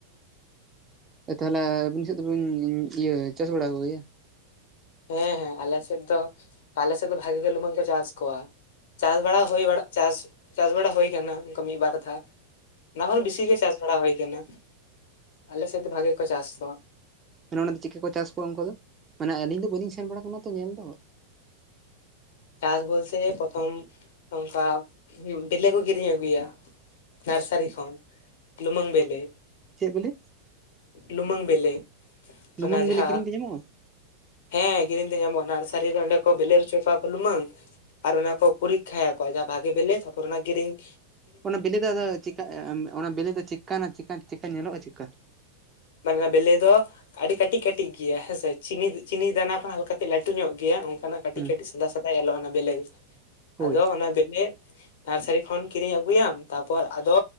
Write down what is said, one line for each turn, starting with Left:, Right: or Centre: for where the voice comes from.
Right: ᱛᱟᱦᱚᱞᱮ ᱟᱹᱵᱤᱱ ᱥᱮᱫ ᱫᱚᱵᱤᱱ ᱤᱭᱟᱹ ᱪᱟᱥ ᱵᱟᱲᱟ ᱠᱚᱜᱮᱭᱟ᱾
Left: ᱦᱮᱸ ᱦᱮᱸ ᱟᱞᱮ ᱥᱮᱫ ᱫᱚ ᱟᱞᱮ ᱥᱮᱫ ᱫᱚ ᱵᱷᱟᱜᱤ ᱞᱩᱢᱟᱹᱝ ᱠᱚ ᱪᱟᱥ ᱠᱚᱣᱟ᱾ ᱪᱟᱥ ᱵᱟᱲᱟ ᱦᱩᱭ ᱵᱟ ᱪᱟᱥ ᱪᱟᱥ ᱵᱟᱲᱟ ᱦᱩᱭ ᱠᱟᱱᱟ ᱚᱱᱠᱟ ᱢᱤᱫ ᱵᱟᱨ ᱫᱷᱟᱣ ᱚᱱᱟ ᱵᱮᱥᱤ ᱜᱮ ᱪᱟᱥ ᱵᱟᱲᱟ ᱦᱩᱭ ᱠᱟᱱᱟ ᱟᱞᱮ ᱥᱮᱫ ᱫᱚ ᱵᱷᱟᱜᱮ ᱠᱚ ᱪᱟᱥ ᱠᱚᱣᱟ
Right: ᱢᱟᱱᱮ ᱚᱱᱟ ᱫᱚ ᱪᱤᱠᱟᱹ ᱠᱚ ᱪᱟᱥ ᱠᱚᱣᱟ ᱩᱱᱠᱩ ᱫᱚ ᱢᱟᱱᱮ ᱟᱞᱤᱧ ᱫᱚ ᱵᱟᱹᱞᱤᱧ ᱥᱮᱱ ᱵᱟᱲᱟ ᱠᱟᱱᱟ ᱛᱚ ᱧᱮᱞ ᱫᱚ
Left: ᱪᱟᱥ ᱵᱚᱞᱛᱮ ᱯᱨᱚᱛᱷᱚᱢ ᱚᱱᱠᱟ ᱵᱮᱞᱮ ᱠᱚ ᱠᱤᱨᱤᱧ ᱟᱹᱜᱩᱭᱟ᱾ ᱱᱟᱨᱥᱟᱨᱤ ᱠᱷᱚᱱ ᱞᱩᱢᱚᱝ ᱵᱮᱞᱮ
Right: ᱪᱮᱫ ᱵᱮᱞᱮ
Left: ᱞᱩᱢᱚᱝ ᱵᱮᱞᱮ
Right: ᱞᱩᱢᱚᱝ
Left: ᱚᱱᱟ ᱡᱟᱦᱟᱸ
Right: ᱵᱮᱞᱮ ᱠᱤᱨᱤ ᱛᱮ ᱧᱟᱢ-ᱟ?
Left: ᱦᱮᱸ ᱠᱤᱨᱤᱧ ᱛᱮ ᱧᱟᱢᱚᱜ-ᱟ ᱱᱟᱨᱥᱟᱨᱤ ᱚᱸᱰᱮ ᱠᱚ ᱵᱮᱞᱮ ᱪᱚᱯᱷᱟ ᱞᱩᱢᱚᱹᱝ ᱵᱟᱝ ᱟᱨ ᱚᱱᱟ ᱠᱚ ᱯᱩᱨᱤᱠᱷᱟ ᱭᱟᱠᱚ ᱡᱟᱦᱟᱸ ᱵᱷᱟᱜᱤ ᱵᱮᱞᱮ ᱥᱯᱚᱨᱱᱟ ᱜᱤᱨᱝ
Right: ᱚᱱᱟ ᱵᱤᱞᱤ ᱫᱚ ᱟᱫᱚ ᱪᱮ ᱚᱱᱟ ᱵᱹᱤᱞᱤ ᱫᱚ ᱪᱠᱟᱱᱟ ᱪᱮᱠᱟ ᱧᱮᱞᱚᱜ-ᱟ ᱪᱮᱫᱠᱟ
Left: ᱢᱟᱱᱮ ᱱᱟ ᱵᱮᱞᱮ ᱫᱚ ᱟᱹᱰᱤ ᱠᱟᱹᱴᱤᱡ ᱠᱟᱹᱴᱤᱡ ᱜᱮᱭᱟ ᱦᱮᱸᱥᱮ ᱪᱤᱱᱤ ᱫᱟᱱᱟ ᱠᱷᱚᱱ ᱦᱟᱞᱠᱟ ᱠᱟᱡ ᱞᱟᱹᱴᱩ ᱧᱚᱜ ᱜᱮᱭᱟ᱾ ᱠᱟᱹᱴᱤᱡ
Right: ᱦᱮᱸ
Left: ᱠᱟᱹᱴᱤᱤᱡ ᱥᱚᱫᱟ ᱥᱚᱫᱟᱭ ᱮᱞ ᱚᱱᱟ ᱵᱮᱞᱮ
Right: ᱦᱳᱭ
Left: ᱟᱫᱚ ᱚᱱᱟ ᱵᱮᱞᱮ ᱱᱟᱨᱥᱟᱨᱤ ᱠᱷᱚᱱ ᱠᱤᱨᱤᱧ ᱟᱹᱜᱩᱭᱟᱢ ᱛᱟᱨᱯᱚᱨ ᱟᱫᱚ